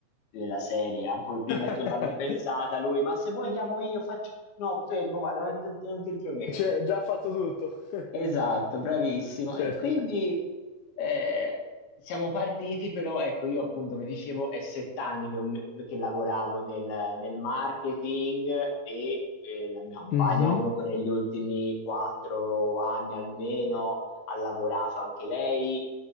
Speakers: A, on the left; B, on the left.
A: della serie, ancora
B: <laughs>
A: prima che tu l'abbia pensata lui, ma se vuoi chiamo io, faccio... No, fermo, guarda, non, non ti intromettere.
B: Cioè, già fatto tutto. <laughs>
A: Esatto, bravissimo.
B: Certo.
A: E quindi eh, siamo partiti, però ecco, io appunto, come dicevo, è sette anni che, ho me- che lavoravo nel, nel marketing e eh, la mia compagna
B: Mhm,
A: comunque negli ultimi quattro anni almeno ha lavorato anche lei